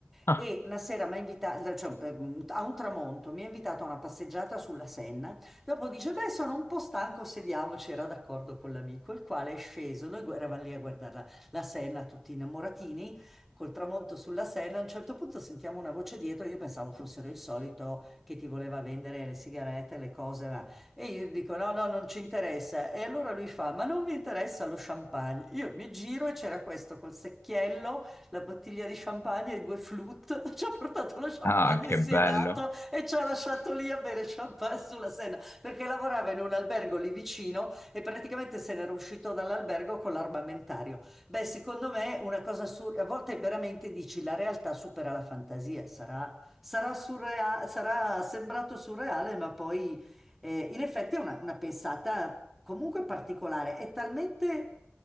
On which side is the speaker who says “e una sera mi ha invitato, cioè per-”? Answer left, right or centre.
Centre